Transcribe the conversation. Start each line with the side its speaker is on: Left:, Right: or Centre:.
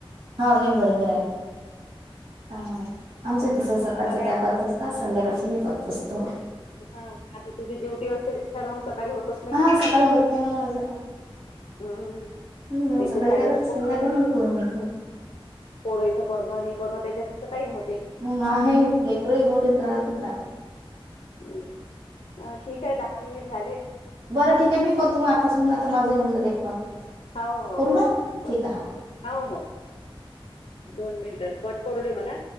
Right: हा नाही बरोबर आहे आमच तस सकाळच
Left: बरं आहे
Right: त्या करत असत ह संध्याकाळच मी करत असतो
Left: हा आता तुझी ड्युटी असते त्याच्यानं मग सकाळी होतच नाही
Right: हा
Left: ना.
Right: सकाळी होत नाही ना माज
Left: हम्म
Right: हम्
Left: एक
Right: सकाळी
Left: तर शाळेचं
Right: त्या संध्याकाळी मी करून घेतो
Left: पोरयचं करणं आणि हे करणं त्याच्यातसं तर टाइम होते
Right: म आहे लेकर ही मोठ त्रास देतात
Left: हम अ ठीक आहे दहा मिनिट झाले
Right: बरं ठीक आहे मी करतो मग आताच होऊन जात माझं होऊन जात एक कॉल
Left: हाव हो,
Right: करू
Left: हो,
Right: ना
Left: हो बर
Right: ठीक आहे हो.
Left: हाव हो दोन मिनिट कट करू दे मला